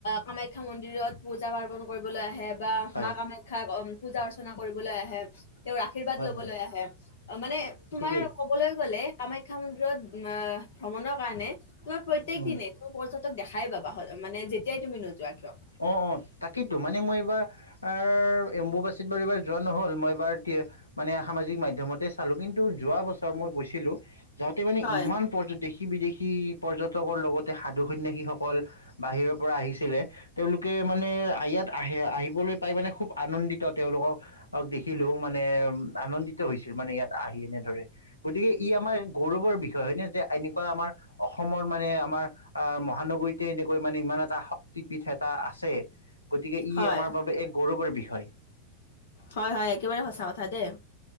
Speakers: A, on the left; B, on the left.
A: কামাখ্যা মন্দিৰত পূজা পাৰ্বন কৰিবলৈ আহে বা
B: হয়
A: মা কামাখ্যা পূজা অৰ্চনা কৰিব কৰিবলে আহে, তেওঁৰ আৰ্শীবাদ
B: হয়
A: লবলৈ
B: হয়
A: আহে অ মানে তোমাৰ
B: ঠিকেই
A: কবলৈ গলে কামাখ্যা মন্দিৰত ভ্ৰমণৰ কাৰণে তোমাৰ প্ৰত্যয়েক
B: উম,
A: দিনে তহ পৰ্যটক দেখাই পাবা হলে মানে যেতিয়াই তুমি নোযোৱা কিয়
B: অহ অহ, তাকেইতো মানে মই এইবাৰ আৰু এম্বুবাচিত বাৰু এইবাৰ যোৱা নহল মই এবাৰ মানে সামাজিক মাধ্যমতে চালোঁ। কিন্তু যোৱা বছৰ মই গৈছিলোঁ। হেতি মানে
A: হয়
B: ইমান পৰ্যদেশী, দেশী বিদেশী পৰ্যটকৰ লগতে সাধু সন্যাসীসকল বাহিৰৰ পৰা আহিছিলে তেওঁলোকে মানে ইয়াত আহে আহিবলৈ পাই মানে খুব আনন্দিত তেওঁলোকো অক, দেখিলেও মানে আনন্দিত হৈছিল মানে ইয়াত আহি এনেদৰে। গতিকে ই আমাৰ গৌৰৱৰ বিষয় হয় নে যে এনেকুৱা আমাৰ অস অসমৰ মানে আমাৰ আহ মহানগৰীতে এনেকৈ মানে ইমান এটা শক্তিপীঠ এ এটা আছে গতিকে ই
A: হয়
B: আমাৰ বাবে এক গৌৰৱৰ বিষয়।
A: হয়- হয় একেবাৰে সঁচা কথা দেই